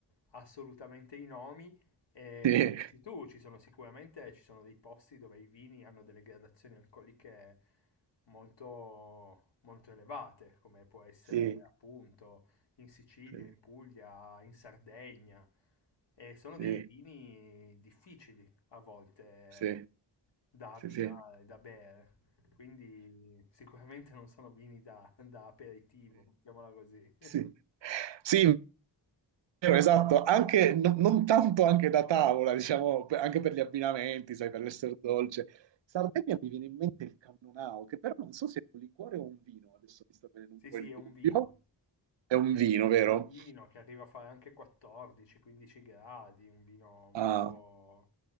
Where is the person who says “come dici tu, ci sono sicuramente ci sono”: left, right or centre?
Left